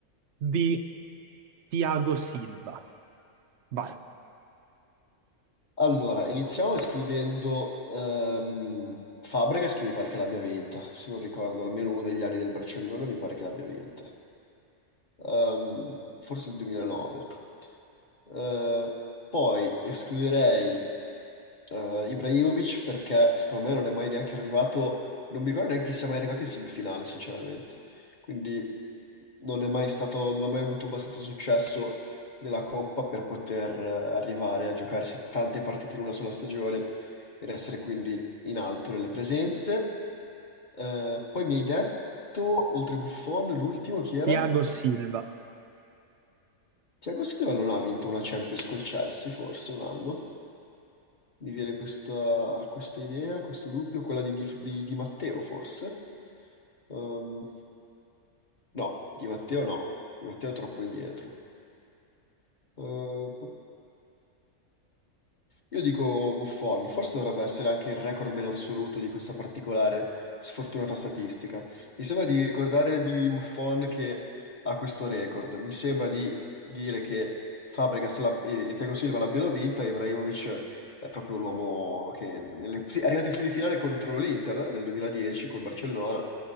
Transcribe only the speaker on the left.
Allora, iniziamo escludendo ehm, Fabregas, che mi pare che l'abbia vinta, se non ricordo, almeno uno degli anni del Barcellona mi pare che l'abbia vinta. Ehm, forse il 2009. Eh, poi escluderei eh, Ibrahimovic perché secondo me non è mai neanche arrivato, non mi ricordo neanche che sia mai arrivato in semifinale, sinceramente. Quindi non è mai stato, non ha mai avuto abbastanza successo nella Coppa per poter eh, arrivare a giocarsi tante partite in una sola stagione ed essere quindi in alto nelle presenze. Eh, poi mi hai detto, oltre Buffon, l'ultimo chi era?
Thiago Silva non ha vinto una Champions col Chelsea, forse un anno. Mi viene questa, questa idea, questo dubbio, quella di, Di, di- Di Matteo forse? Ehm, no, Di Matteo no, Di Matteo è troppo indietro. Ehm, Io dico Buffon, forse dovrebbe essere anche il recordman assoluto di questa particolare sfortunata statistica. Mi sembra di ricordare di Buffon che ha questo record. Mi sembra di dire che Fabregas la- e e Thiago Silva l'abbiano vinta, e Ibrahimovic è proprio l'uomo che nelle- sì, è arrivato in semifinale contro l'Inter nel 2010 col Barcellona,